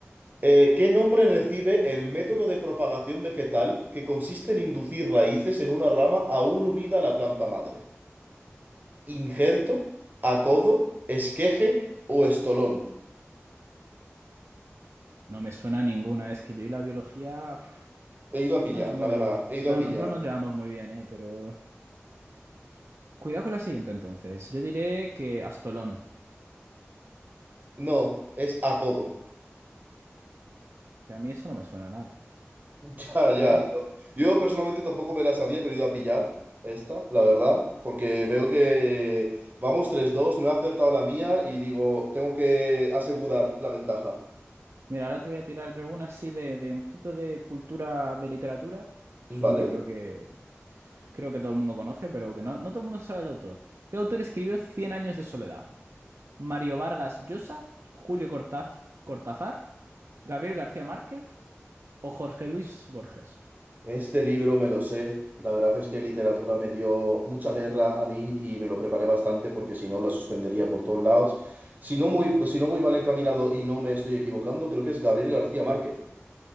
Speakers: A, on the right; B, on the right.
A: Eh, ¿qué nombre recibe el método de propagación vegetal que consiste en inducir raíces en una rama aún unida a la planta madre? injerto, acodo, esqueje o estolón.
B: No me suena a ninguna. Es que yo y la biología uf,
A: He ido a pillar,
B: no nos hemos
A: la verdad,
B: llevado-
A: he ido
B: No,
A: a pillar.
B: no, no nos llevamos muy bien, ¿eh? Pero Cuidado con la siguiente entonces. Yo diré que Astolón,
A: No, es acodo. <laughs>
B: que a mí eso no me suena a nada.
A: Ya, ya.
B: Pero bueno,
A: no. Yo personalmente tampoco me la sabía, pero he ido a pillar esta, la verdad, porque veo que vamos tres dos, no he acertado la mía y digo, tengo que asegurar la ventaja.
B: mira, ahora te voy a tirar yo una así de, de un poquito de cultura de literatura. Es
A: Vale.
B: un libro que creo que todo el mundo conoce, pero que no, no todo el mundo sabe el autor. ¿Qué autor escribió Cien años de soledad? ¿Mario Vargas Llosa, Julio Cortaz, Cortázar, Gabriel García Márquez o Jorge Luis Borges?
A: Este libro me lo sé. La verdad es que literatura me dio mucha guerra a mí y me lo preparé bastante porque si no la suspendería por todos lados. Si no, muy, si no voy mal encaminado y no me estoy equivocando, creo que es Gabriel García Márquez.